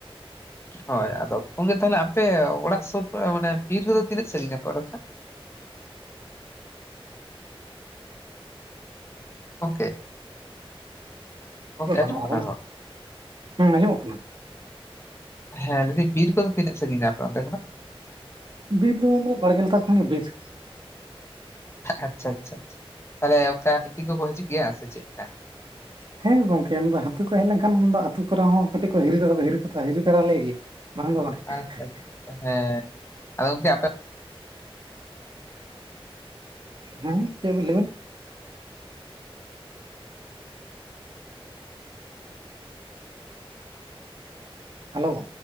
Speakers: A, on the left; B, on the right.
A: ᱦᱳᱭ ᱟᱫᱚ ᱜᱚᱝᱠᱮ ᱛᱟᱦᱚᱞᱮ ᱟᱯᱮ ᱚᱲᱟᱜ ᱥᱩᱨ ᱠᱚ ᱢᱟᱱᱮ ᱵᱤᱨ ᱨᱮᱫᱚ ᱛᱤᱱᱟᱹᱜ ᱥᱟᱺᱤᱧᱟ ᱟᱯᱮ ᱚᱸᱰᱮ ᱠᱷᱚᱱᱟᱜ ᱜᱚᱝᱠᱮ ᱜᱚᱝᱠᱮ
B: ᱟᱫᱚ
A: ᱟᱡᱚᱢᱚᱜ
B: ᱵᱟᱹᱱᱩᱜᱼᱟ ᱵᱟᱝ
A: ᱠᱟᱱᱟ
B: ᱦᱩᱸ ᱟᱸᱡᱚᱢᱚᱜ ᱠᱟᱱᱟ
A: ᱦᱮᱸ ᱞᱟᱹᱭ ᱫᱤᱧ ᱵᱤᱨ ᱠᱚᱫᱚ ᱛᱤᱱᱟᱹᱜ ᱥᱟᱺᱜᱤᱧᱟ ᱟᱯᱮ ᱚᱱᱛᱮ ᱠᱷᱚᱱᱟᱜ
B: ᱵᱤᱨ ᱫᱚ ᱩᱱᱟᱹᱜ ᱵᱟᱲᱜᱮ ᱞᱟᱛᱟᱨ ᱠᱷᱚᱱᱟᱜ ᱜᱮ ᱵᱤᱨ
A: ᱟᱪᱪᱷᱟ ᱟᱪᱪᱷᱟ ᱛᱟᱦᱚᱞᱮ ᱚᱱᱠᱟ ᱦᱟᱹᱛᱤ ᱠᱚᱠᱚ ᱦᱤᱡᱩᱜ ᱜᱮᱭᱟ ᱥᱮ ᱪᱮᱫᱠᱟ
B: ᱦᱮᱸ ᱜᱚᱝᱠᱮ ᱦᱟᱹᱛᱤ ᱠᱚ ᱦᱮᱡ ᱞᱮᱱᱠᱷᱟᱱ ᱟᱹᱛᱩ ᱠᱚ ᱨᱮᱦᱚᱸ ᱠᱟᱹᱴᱤᱡ ᱠᱚ ᱦᱤᱨᱤ <unintelligible> ᱛᱚᱨᱟ ᱞᱮ ᱜᱮᱭᱟ ᱵᱟᱝ ᱫᱚ ᱵᱟᱝ
A: ᱟᱪᱪᱷᱟ
B: <unintelligible>
A: ᱟᱪᱪᱷᱟ ᱟᱪᱪᱷᱟ, ᱦᱮᱸ ᱟᱫᱚ <unintelligible>
B: ᱦᱩᱸ ᱪᱮᱫ ᱵᱤᱱ ᱞᱟᱹᱭᱮᱫ ᱦᱮᱞᱳ